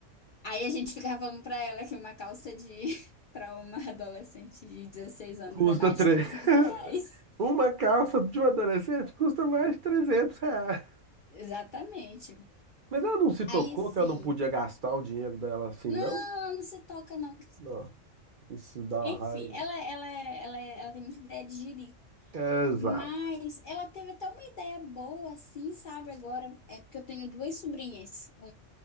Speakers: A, on the left; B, on the right.
A: Aí a gente ficava falando pra ela que uma calça de <laughs> para uma adolescente de 16 anos
B: Custa
A: é mais
B: três.
A: de trezentos
B: <laughs>
A: reais.
B: Uma calça de um adolescente custa mais de 300 reais.
A: Exatamente.
B: Mas ela não se
A: Aí
B: tocou
A: sim.
B: que ela não podia gastar o dinheiro dela assim,
A: Não,
B: não?
A: ela não se toca, não.
B: Não, isso dá
A: Enfim,
B: raiva.
A: ela, ela, ela, ela tem muita ideia de jirico.
B: Exato.
A: Mas ela teve até uma ideia boa, assim, sabe? Agora, é porque eu tenho duas sobrinhas.